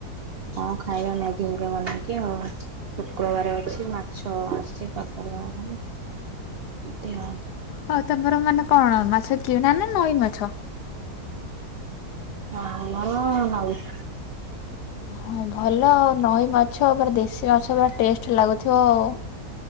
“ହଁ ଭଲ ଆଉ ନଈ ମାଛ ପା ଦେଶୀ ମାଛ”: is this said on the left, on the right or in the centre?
Left